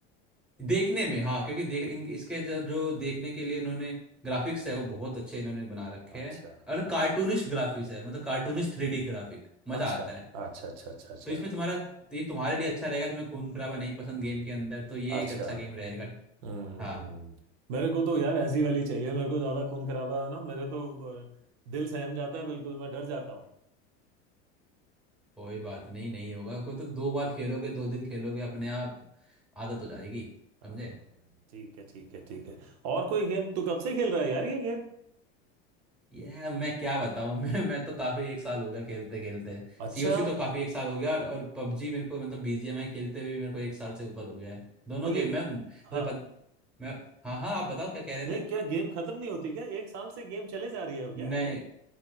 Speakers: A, in the centre; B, on the right.
A: देखने में हाँ क्योंकि देख इन
B: हाँ,
A: इसके जो जो देखने के लिए इन्होंने ग्राफिक्स है वो बहुत अच्छे इन्होंने बना रखे
B: अच्छा
A: हैं और
B: अच्छा
A: कार्टूनिस्ट ग्राफिक्स है मतलब कार्टूनिस्ट थ्री डी ग्राफिक मजा
B: अच्छा
A: आता है
B: अच्छा अच्छा अच्छा अच्छा
A: तो इसमें तुम्हारा तो ये तुम्हारे लिए अच्छा रहेगा तुम्हें खून खराबा नहीं पसंद गेम के अंदर तो ये
B: अच्छा
A: एक अच्छा गेम रहेगा
B: हम्म
A: हाँ
B: मेरे को तो यार ऐसी वाली चाहिए मेरे को ज्यादा खून खराबा है ना मेरे तो अ, दिल सहम जाता है बिल्कुल मैं डर जाता हूँ
A: कोई बात नहीं नहीं होगा कोई तो दो बार खेलोगे दो दिन खेलोगे अपने आप आदत हो जाएगी समझे
B: हाँ, ठीक है ठीक है ठीक है और कोई गेम तू कब से खेल रहा है यार ये गेम
A: ये मैं क्या बताऊं <laughs> मैं मैं तो काफी एक साल हो गया खेलते खेलते
B: अच्छा
A: सीओसी तो काफी एक साल हो गया और, और पबजी मेरे को मतलब बीजीएमआई खेलते हुए भी मेरे को एक साल से ऊपर हो गया है दोनों
B: और ये
A: गेम
B: गे...
A: मैं तुम्हें
B: हाँ
A: पता मैं हाँ हाँ आप बताओ क्या कह रहे
B: नहीं
A: थे
B: क्या गेम खत्म नहीं होती क्या एक साल से गेम चले जा रही है क्या
A: नहीं
B: अ,